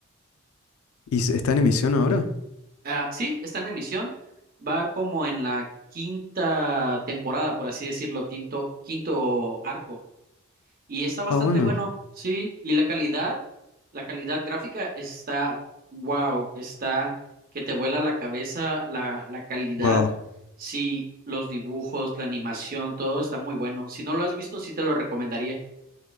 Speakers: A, on the left; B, on the right.
A: ¿Y s- está en emisión ahora?
B: Ah, sí, está en emisión, va como en la quinta temporada, por así decirlo, tinto- quinto arco. Y está bastante
A: Ah, bueno.
B: bueno, sí. Y la calidad, la calidad gráfica está, wow, está que te vuela la cabeza, la, la calidad,
A: Wow.
B: sí, los dibujos, la animación, todo está muy bueno. Si no lo has visto, sí te lo recomendaría.